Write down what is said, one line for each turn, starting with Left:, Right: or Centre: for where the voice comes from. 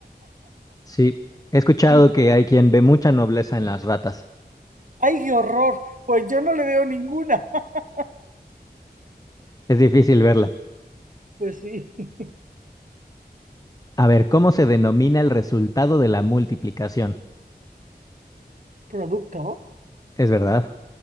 Left: sí. He escuchado
Right: <laughs>
Left: que hay quien ve mucha nobleza en las ratas.
Right: ¡Ay, qué horror! Pues yo no le veo ninguna. <laughs>
Left: Es difícil verla.
Right: Pues sí, <laughs>
Left: A ver, ¿cómo se denomina el resultado de la multiplicación?
Right: producto.
Left: Es verdad.